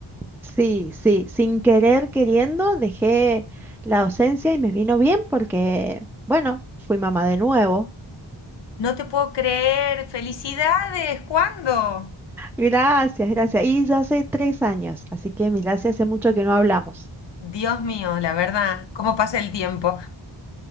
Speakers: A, in the centre; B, on the left (about 60°).
A: Sí, sí, sin querer queriendo dejé la docencia y me vino bien porque, bueno, fui mamá de nuevo.
B: No te puedo creer, felicidades, ¿cuándo?
A: Gracias, gracias. Y ya hace tres años, así que gracias, hace mucho que no hablamos.
B: Dios mío, la verdad, cómo pasa el tiempo.